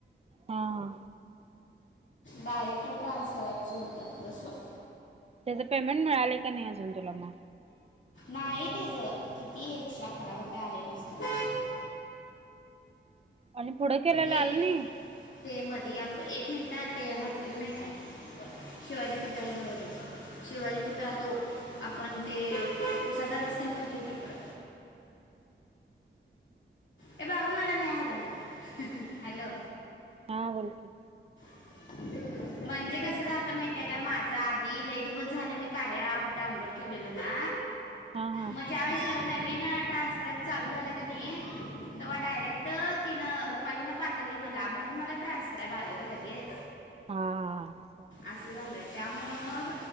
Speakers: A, on the right; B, on the left.
A: हा.
B: डायरेक्ट ट्रान्स्क्राबचं होतं बसव.
A: त्याचं पेमेंट मिळाले का नाही अजून तुला मग.
B: नाही तेच किती एकशे अकरा रुपये आले नुसतं.
A: आणि पुढं केलेयला
B: येत
A: आलं नाही.
B: ते मधी आप एक मिनिट ते हॉटेल नाही काय शिवाजी पुतळ्याजवळ रे. शिवाजी पुुतळा तो आपण ते उसाचा रस तेन पीतोय तिकडं. ए बाबा मला नेहाला ये हॅलो
A: हा बोल कि.
B: <inaudible> म्हणजे कसं झालंत माहितय काय माझं आधी लही दिवस झालं मी कार्य अप डाउनलोड केलेल ना.
A: हा हा.
B: मगज्या वेळेसग नवीन ट्रान्स्क्राप चालू झालं कनी तव्हा
A: हम्म.
B: डायरेक्ट तीन रुपालीना पाठवली मला म्हणून मला ट्रान्सक्राईब आलं ग लगेच
A: हा हा चालेल.
B: असं झालं. त्यामुळे मग